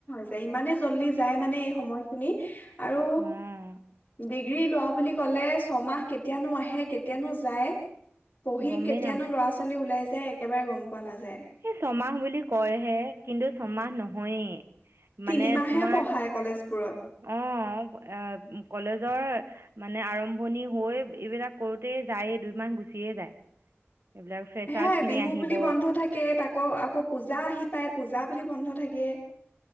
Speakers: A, on the left (about 35°); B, on the right (about 65°).
A: যায় ইমানে জ যায় মানে এই সময়খিনি আৰু
B: উম
A: ডিগ্ৰী লোৱা বুলি ক'লে ছমাহ কেতিয়ানো আহে কেতিয়ানো যায় পঢ়ি
B: গমেই
A: কেতিয়ানো ল'ৰা ছোৱালী ল ওলাই যায় একেবাৰে গ'ম পোৱা নাযায়
B: সেই ছমাহ বুলি কয়হে কিন্তু ছমাহ নহয় সই
A: তিনিমাহে
B: মানে তোমাৰ
A: পঢ়ায় কলেজবোৰত
B: অ এ কলেজৰ মানে আৰম্ভণি হৈ এইবিলাক কৰোতে যায়ে দুইমাহ গুচিয়ে যায় এইবিলাক ফ্ৰেছাৰ্ছখিনি
A: হে বিহু
B: আহিব
A: বুলি বন্ধ থাকে তাক আকৌ আকৌ পূজা আহি পাই পূজা বুলি বন্ধ থাকে